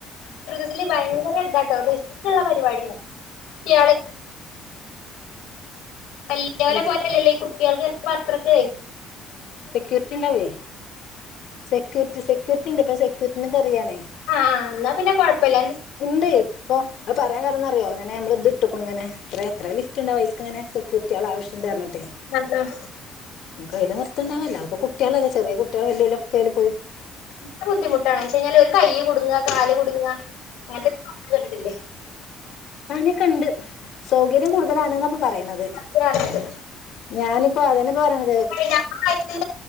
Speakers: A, on the left; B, on the left.
A: ഇതില് ഭയങ്കര ഇതാട്ടോ റിസ്ക് ഉള്ള പരിപാടിയാണ് കുട്ടിയാള് വല്ലിയ
B: ലിഫ്
A: പോലെയല്ലല്ലേ ഈ കുട്ടികൾക്ക് തെ പത്രൊക്ക
B: സെക്യൂരിറ്റി ഉണ്ടാവേ സെക്യൂരിറ്റി സെക്യൂരിറ്റി ഉണ്ട് ഇപ്പൊ സെക്യൂരിറ്റിന്ന് തറിയണേ
A: ആഹ എന്നാ പിന്നെ കൊഴപ്പില്ല
B: ഉണ്ട്ഇപ്പോ അത് പറയാൻ കരണന്നറിയോ അങ്ങനെ നമ്മള് ഇത് ഇട്ടക്കും ഇങ്ങനെ എത്ര എത്ര ലിഫ്റ്റ് ഉണ്ടാവ അതില്ക്ക് ഇങ്ങനെെ ഇങ്ങനെ കി ത്യളെആവശ്യം ഉണ്ട് പറഞ്ഞിട്ട്
A: ആ ആ
B: നമുക്ക് അയ്ൽ നിർത്തുണ്ടാവോ അപ്പൊ കുട്ടികളല്ലെ ചെറിയ കുട്ടികളെ വല്ലക്കെും
A: എ ബുദ്ധിമുട്ടാണ് വെച്ച കഴിഞ്ഞാല് ഒരു കൈ കുടുങ്ങാകാല് കുടുങ്ങാ അങ്ങനത്തെ കുട്ട് കണ്ട്ട്ടിലൊ
B: അങ്ങനെ കണ്ട് സൗകര്യം കൂടുതലാണ്ന്നപ്പൊ പറയണത്
A: അത്ര അറിഞ്ഞത്
B: ഞാനിപ്പോ അതെ പോരാണ്
A: ഞമ്മന്ന്